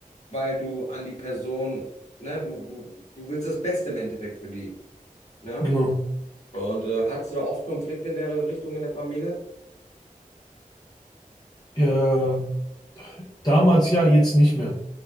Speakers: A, on the left; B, on the left.
A: weil du an die Person, ne? Du, du, du willst das Beste im Endeffekt für die, ne?
B: Genau.
A: Und äh, hattest du da oft Konflikte in der Richtung in der Familie?
B: Äh, damals ja, jetzt nicht mehr.